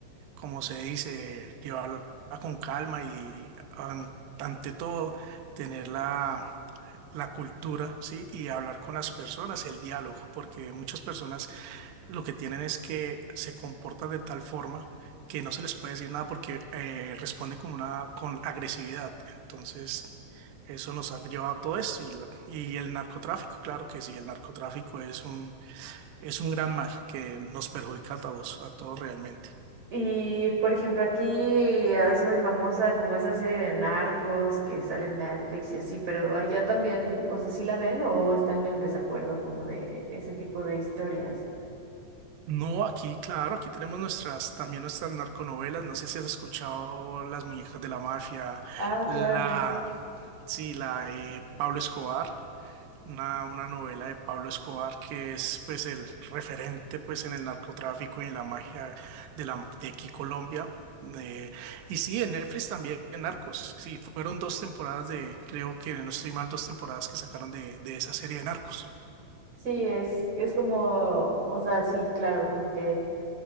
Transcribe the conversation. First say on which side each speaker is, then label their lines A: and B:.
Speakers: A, on the right (about 70°); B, on the right (about 35°).
A: como se dice, llevarla con calma y an- ante todo tener la, la cultura, ¿sí? Y hablar con las personas, el diálogo, porque muchas personas lo que tienen es que se comportan de tal forma que no se les puede decir nada porque eh, responden con una con agresividad. Entonces, eso nos ha llevado a todo esto y, la- y el narcotráfico, claro que sí, el narcotráfico es un es un gran mal que nos perjudica a todos, a todos realmente.
B: Y por ejemplo, aquí es muy famosa como esa serie de narcos que sale en Netflix y así, pero allá también, o sea, ¿sí la ven o están en desacuerdo como de ese tipo de historias?
A: No, aquí, claro, aquí tenemos nuestras, también nuestras narconovelas. No sé si has escuchado Las Muñecas de la Mafia,
B: Ah,
A: la,
B: claro.
A: sí, la de Pablo Escobar. una, una novela de Pablo Escobar que es pues el referente pues en el narcotráfico y en la magia de la de aquí Colombia. Eh, y sí, en Netflix también en Narcos. Sí, fueron dos temporadas de, creo que no estoy mal, dos temporadas que sacaron de, de esa serie de Narcos.
B: Sí, es, es como, o sea, sí, claro, como que